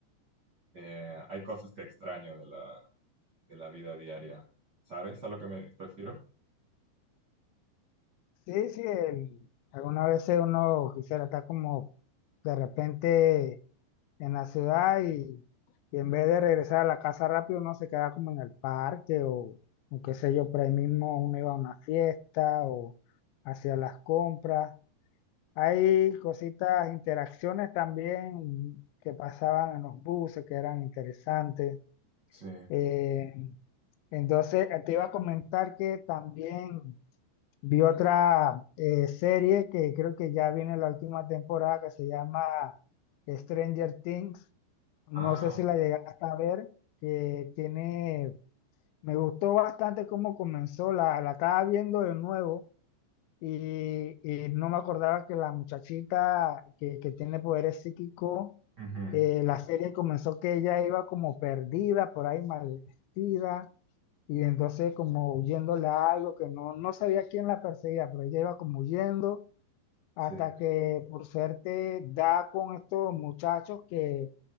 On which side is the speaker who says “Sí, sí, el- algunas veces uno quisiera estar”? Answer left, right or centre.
Left